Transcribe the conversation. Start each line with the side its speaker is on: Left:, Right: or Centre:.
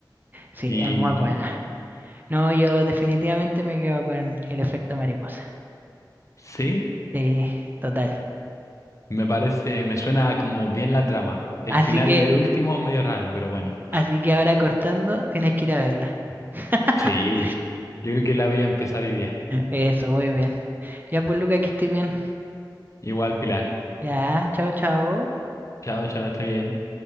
Right: sí,
Left: ¿Y
Right: es muy buena.
Left: tú?
Right: No, yo definitivamente me quedo con el efecto mariposa.
Left: Sí,
Right: Sí, total.
Left: me parece, me suena como bien la trama. El
Right: Así
Left: final,
Right: que,
Left: el último, es medio raro, pero bueno.
Right: así que ahora cortando, tienes que ir a verla.
Left: Ujú.
Right: <laughs>
Left: Sí, yo creo que la voy a empezar hoy día.
Right: Eso, muy bien. Ya pues, Luca, que estés bien.
Left: Igual, Pilar.
Right: Ya, chao, chao.
Left: Chao, chao, está bien.